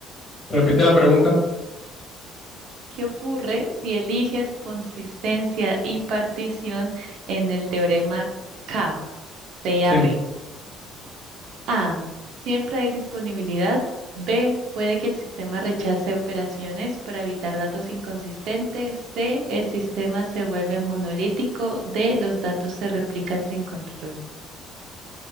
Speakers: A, on the left (about 30°); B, on the right (about 70°).
A: Repite la pregunta.
B: ¿Qué ocurre si eliges consistencia y partición en el teorema CAP? CAP.
A: Sí.
B: A. Siempre hay disponibilidad. B. Puede que el sistema rechace operaciones para evitar datos inconsistentes. C. El sistema se vuelve monolítico. D. Los datos se replican sin control.